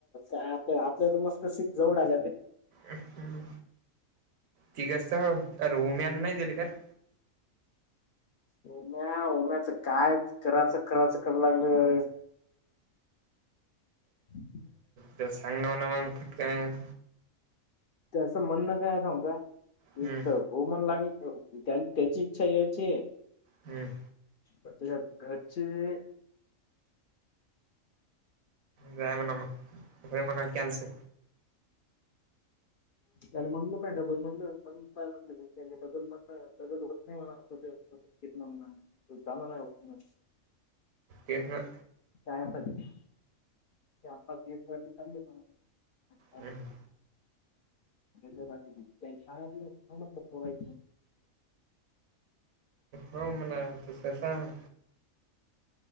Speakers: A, on the left (about 60°); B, on the right (about 80°).
A: आपल्या तर मस्त सीट जवळ आल्या ते
B: हम्म ती गसत हो रोम्यान नाही देल कार
A: उम्या उम्याचं काय कराचं करायचं कराय लागलं हम
B: ते सांग ना म्ह ना मग पटकन
A: त्यासं म्हणणं काय आहे सांगू का
B: हम्म
A: एक च हो मन लागेल त्याची इच्छा यायची.
B: हम्म
A: त्याच्या घरचे
B: जाय म्हणा मग हो म्हणा कॅन्सल
A: त्याला म्हणलं नाही डबल मणलं मण काय म्हटलं डबलण डबल होत नाही मला ते किना म्ह त जा नाही उ
B: ये ना
A: चयाप य चहा वती चाल हो
B: ह ह
A: झ बाात शालं मतलं खोवाय.
B: हो मणा तसं सांग